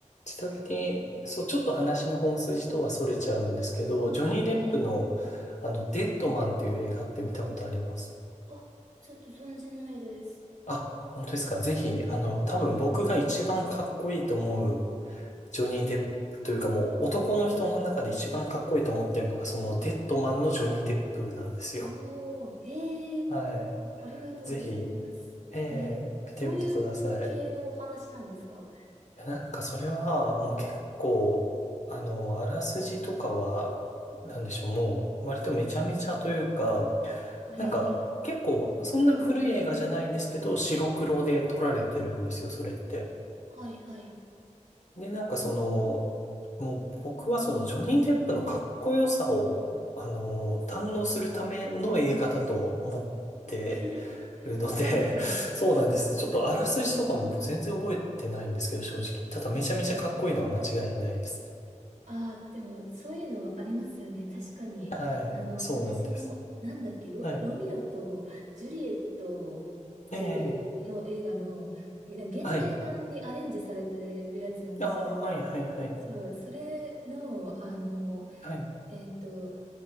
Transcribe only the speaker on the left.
ちなみに、そう、ちょっと話の本筋とは逸れちゃうんですけど、ジョニー・
デップの、あの、デッドマンっていう映画って見たことあります。
あ、本当ですか。ぜひ、
あの、多分僕が一番かっこいいと思うジョニー・デップというかもう男の人の中で一番かっこいいと思ってるのが、そのデッドマンのジョニー・デップなんですよ。
はい。
ぜひ、えー、
見てみてください。
いや、なんかそれはもう結構、あの、あらすじとかは、なんでしょう、もう割とめちゃめちゃというか、
なんか結構そんな古い映画じゃないんですけど、白黒で撮られてるんですよ、それって。
で、なんかその、もう僕はそのジョニー・デップのかっこよさを、あの、堪能するための映画だと思って
るので、
<laughs> そうなんです。ちょっとあらすじとかも全然覚えてないんですけど、正直。ただめちゃめちゃかっこいいのは間違いないですね。
はい。
そうなんです。
はい。
ええ
はい。ああ、はい、はい、はい。
はい。